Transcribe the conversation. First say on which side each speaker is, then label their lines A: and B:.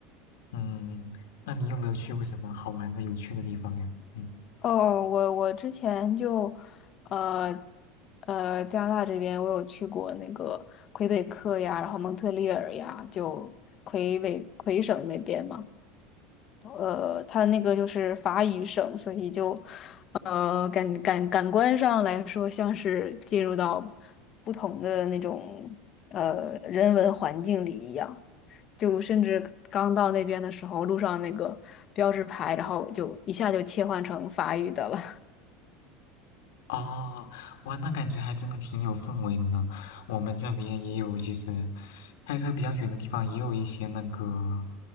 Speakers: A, on the left; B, on the left.
A: 嗯，那你有没有去过什么好玩的有趣的地方呀？嗯。
B: 哦，我我之前就，呃呃，加拿大这边我有去过那个魁北克呀，然后蒙特利尔呀，就魁北魁省那边嘛。呃，它那个就是法语省，所以就呃，感感感官上来说，像是进入到不同的那种呃人文环境里一样。就甚至刚到那边的时候，路上那个标志牌，然后就一下就切换成法语的了。
A: 哦，哇，那感觉还真的挺有氛围的呢。我们这边也有，就是开车比较远的地方，也有一些那个